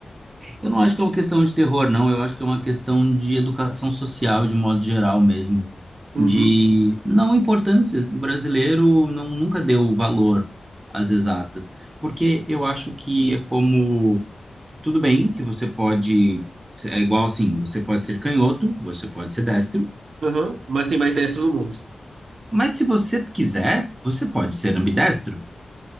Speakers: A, on the right; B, on the right.
A: Eu não acho que é uma questão de terror, não. Eu acho que é uma questão de educação social, de modo geral mesmo.
B: Uhum.
A: De não importância. O brasileiro não, nunca deu valor às exatas. Porque eu acho que é como. Tudo bem que você pode. É igual assim: você pode ser canhoto, você pode ser destro.
B: Aham. Mas tem mais dessa no mundo.
A: Mas se você quiser, você pode ser ambidestro.